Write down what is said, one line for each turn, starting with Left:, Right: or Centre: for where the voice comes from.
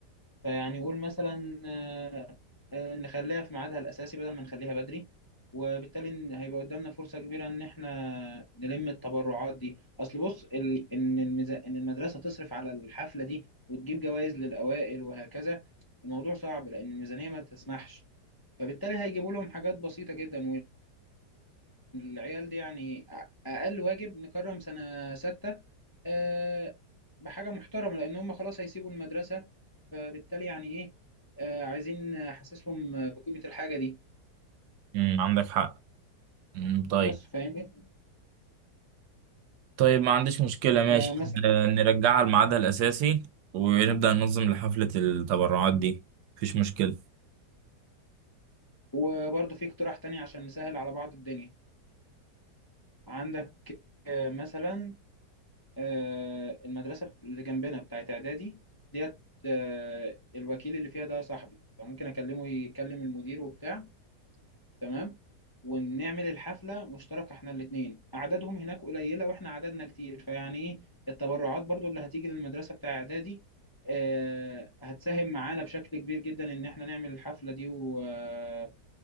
Left: فيعني قول مثلا آه، آه، نخليها في ميعادها الأساسي بدل ما نخليها بدري وبالتالي إن- هيبقى قدامنا فرصة كبيرة إن إحنا نلم التبرعات دي أصل بص ال... إن الميزا... إن المدرسة تصرف على الحفلة دي وتجيب جوائز للأوائل وهكذا الموضوع صعب لأن الميزانية ما تسمحش فبالتالي هيجيبوا لهم حاجات بسيطة جدا العيال دي يعني أ- أقل واجب نكرم سنة ستة آه، بحاجة محترمة لأن هم خلاص هيسيبوا المدرسة فبالتالي يعني إيه آه، عايزين أحسسهم بقيمة الحاجة دي
Right: امم عندك حق امم طيب
Left: بس فاهمني
Right: طيب ما عنديش مشكلة ماشي
Left: فمثلا
Right: آه، نرجعها لميعادها الأساسي ونبدأ ننظم لحفلة التبرعات دي مفيش مشكلة
Left: وبرضه في اقتراح تاني عشان نسهل على بعض الدنيا عندك آه، مثلا آه، المدرسة بت- اللي جنبنا بتاعت إعدادي ديت آه، الوكيل اللي فيها ده صاحبي فممكن أكلمه يكلم المدير وبتاع تمام ونعمل الحفلة مشتركة احنا الاتنين أعدادهم هناك قليلة واحنا عددنا كتير فيعني ايه التبرعات برضو اللي هتيجي للمدرسة بتاع إعدادي آه هتساهم معانا بشكل كبير جدا إن احنا نعمل الحفلة دي و... آه،